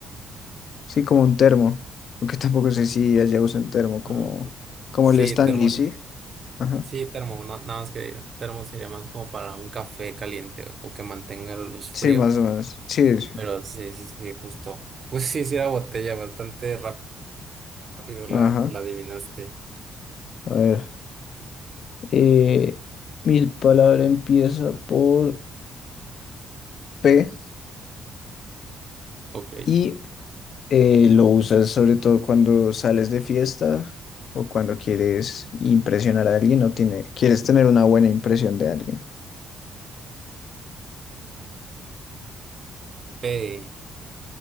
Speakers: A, on the left (about 60°); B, on the right (about 45°).
A: sí, como un termo, aunque tampoco sé si allá usan termo, como,
B: Ah, ok.
A: como
B: Sí,
A: el Stanley,
B: termo,
A: ¿sí?
B: sí.
A: Ajá,
B: Sí, termo, no- nada más que termo sería más como para un café caliente o que mantenga los fríos,
A: sí, más o menos, sí, sí.
B: pero sí, sí, sí, justo. Pues sí, sí era botella, bastante rápido. rápido la,
A: ajá,
B: la adivinaste.
A: a ver, eh, mi palabra empieza por P
B: Ok.
A: y eh, lo usas sobre todo cuando sales de fiesta o cuando quieres impresionar a alguien o tiene, quieres tener una buena impresión de alguien.
B: Eh,